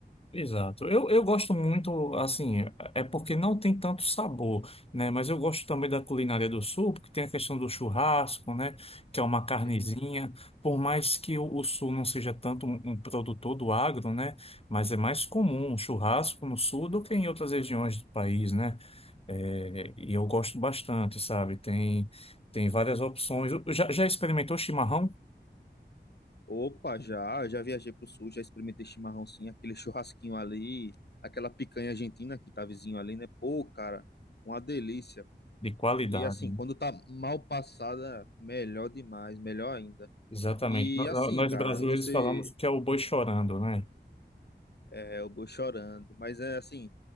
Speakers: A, on the left; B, on the left.
A: Exato. Eu, eu gosto muito, assim, é porque não tem tanto sabor, né? Mas eu gosto também da culinária do sul, porque tem a questão do churrasco, né? Que é uma carnezinha.
B: Sim, sim.
A: Por mais que o, o sul não seja tanto um, um produtor do agro, né? Mas é mais comum um churrasco no sul do que em outras regiões do país, né? É, e eu gosto bastante, sabe? Tem, tem várias opções. Já, já experimentou chimarrão?
B: Opa, já, já viajei pro sul, já experimentei chimarrão sim, aquele churrasquinho ali, aquela picanha argentina que tá vizinho ali, né? Pô, cara, uma delícia.
A: De qualidade,
B: E assim,
A: né?
B: quando tá mal passada, melhor demais, melhor ainda.
A: Exatamente.
B: E
A: No-
B: assim,
A: Nós
B: cara,
A: brasileiros
B: você
A: falamos que é o boi chorando, né?
B: É, o boi chorando. Mas é assim,